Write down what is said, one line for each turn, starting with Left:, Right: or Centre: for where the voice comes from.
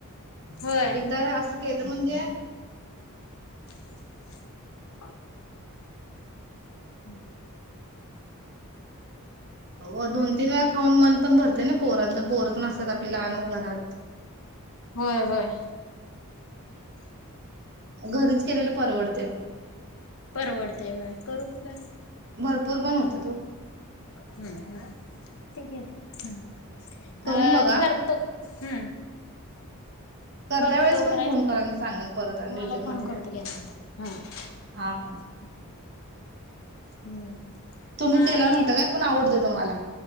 Left: होय
Right: एकदा अस केलं म्हणजे
Left: प हम्म
Right: हो अंकुल तीन वेळा खाऊन मन पण भरते ना पोरांचा पोहर पण असतात आपली लदान घरात
Left: होय होय
Right: घरीच केलेले परवडते
Left: परवडतेय हो करू की काय
Right: भरपूर पण होता तो
Left: हम् ह तेे हम्
Right: करून
Left: अ
Right: बघा
Left: करतो हु
Right: करत्या
Left: करतो
Right: वेळेस पण
Left: करा
Right: फोन मी सांगेन परत आणि डिटेलमध्ये
Left: मला फोन करतो आत हा अच्
Right: हा हा
Left: हम्म
Right: तुम्ही
Left: मानी
Right: केला नव्हता काय पण आवडते तुम्हाला